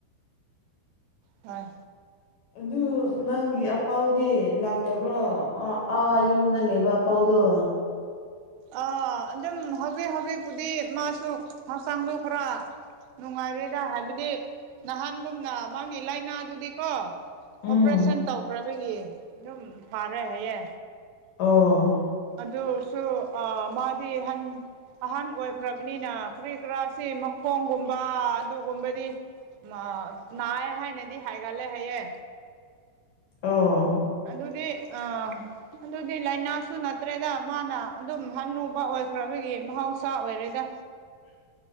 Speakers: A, on the right; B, on the left.
A: ꯍꯣꯏ
B: ꯑꯗꯨ ꯅꯪꯒꯤ ꯑꯄꯥꯎꯗꯤ ꯂꯥꯛ ꯇꯕ꯭ꯔꯣ ꯑ ꯑꯥ ꯌꯨꯝꯗ ꯂꯩꯕ ꯑꯄꯥꯎꯗꯣ
A: ꯑ ꯑꯗꯨꯝ ꯍꯧꯖꯤꯛ ꯍꯧꯖꯤꯛꯄꯨꯗꯤ ꯃꯥꯁꯨ ꯍꯛꯆꯥꯡꯗꯨ ꯈꯔ ꯅꯨꯡꯉꯥꯏꯔꯦꯗ ꯍꯥꯏꯕꯗꯤ ꯅꯍꯥꯟꯒꯨꯝꯅ ꯃꯥꯒꯤ ꯂꯥꯏꯅꯥꯗꯨꯗꯤꯀꯣ
B: ꯎꯝ
A: ꯑꯣꯄ꯭ꯔꯦꯁꯟ ꯇꯧꯈ꯭ꯔꯕꯒꯤ ꯑꯗꯨꯝ ꯐꯔꯦ ꯍꯥꯏꯌꯦ
B: ꯑꯣ
A: ꯑꯗꯨꯁꯨ ꯑ ꯃꯥꯗꯤ ꯍꯟ ꯑꯍꯟ ꯑꯣꯏꯈ꯭ꯔꯕꯅꯤꯅ ꯀ꯭ꯔꯤ ꯀ꯭ꯔꯥꯁꯤ ꯃꯈꯣꯡꯒꯨꯝꯕ ꯑꯗꯨ ꯒꯨꯝꯕꯗꯤ ꯃꯥ ꯅꯥꯏ ꯍꯥꯏꯅꯗꯤ ꯍꯥꯏꯒꯜꯂꯦ ꯍꯥꯏꯌꯦ
B: ꯑꯣ
A: ꯑꯗꯨꯗꯤ ꯑ ꯑꯗꯨꯗꯤ ꯂꯥꯏꯅꯥꯁꯨ ꯅꯠꯇ꯭ꯔꯦꯗ ꯃꯥꯅ ꯑꯗꯨꯝ ꯍꯟꯅꯨꯕ ꯑꯣꯏꯈ꯭ꯔꯕꯒꯤ ꯃꯍꯧꯁꯥ ꯑꯣꯏꯔꯦꯗ
B: <inaudible>